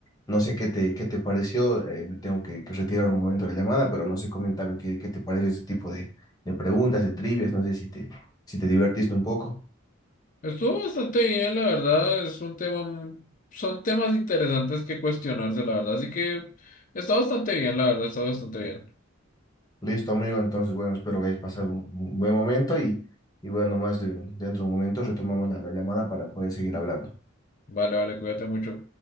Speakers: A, on the left; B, on the left.
A: no sé qué te, qué te pareció, eh, me tengo que, que retirar un momento de la llamada, pero no sé, coméntame qué, qué te parece ese tipo de, de preguntas, de trivias, no sé si te, si te divertiste un poco.
B: Estuvo bastante bien, la verdad, es un tema, mu- son temas interesantes que cuestionarse, la verdad, así que está bastante bien, la verdad, está bastante bien.
A: Listo, amigo, entonces, bueno, espero que hayas pasado un, un buen momento y, y bueno, más de- dentro de un momento retomamos la, la llamada para poder seguir hablando.
B: Vale, vale, cuídate mucho.